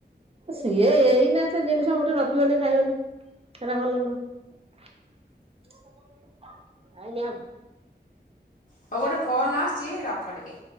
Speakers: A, on the right (about 35°); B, on the left (about 45°).
A: ସିଏ ଏଇନା ସେ ଜିନିଷ ଗୋଟେ ରଖ ରଖିବନି ଖାଇବନି ସେରା ଭଲ ନୁହଁ। Time out.
B: ହଉ ଗୋଟେ ଫୋନ ଆସିଛି ରଖ ଟିକେ।